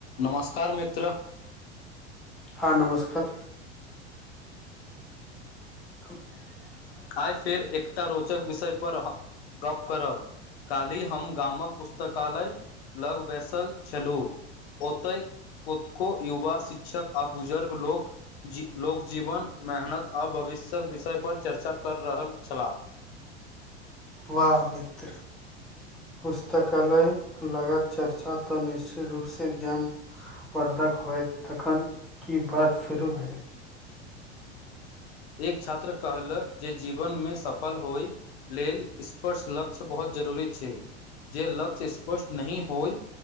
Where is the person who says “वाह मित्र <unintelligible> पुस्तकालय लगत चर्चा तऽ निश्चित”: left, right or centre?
Centre